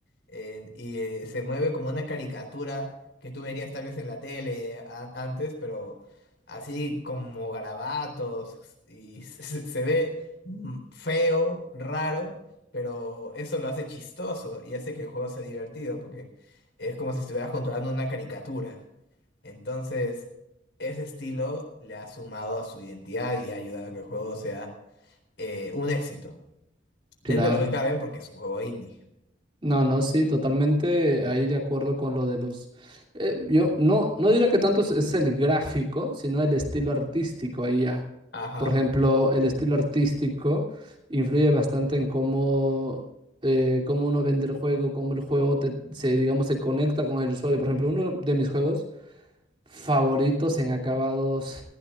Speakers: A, on the left; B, on the right.
A: eh, y eh, se mueve como una caricatura que tú verías tal vez en la tele an- antes, pero así como garabatos y <laughs> se, se se ve mm, feo, raro, pero eso lo hace chistoso y hace que el juego sea divertido porque es como si estuvieras controlando una caricatura. Entonces, ese estilo le ha sumado a su identidad y ha ayudado a que el juego sea eh, un éxito. Dentro
B: claro.
A: de lo que cabe, porque es un juego indie.
B: No, no, sí, totalmente ahí de acuerdo con lo de los... eh, yo no, no diría que tanto es, es el gráfico, sino el estilo artístico ahí ya.
A: Ajá.
B: Por ejemplo, el estilo artístico influye bastante en cómo, eh, cómo uno vende el juego, cómo el juego te- se, digamos, se conecta con el usuario. Por ejemplo, uno de mis juegos favoritos en acabados,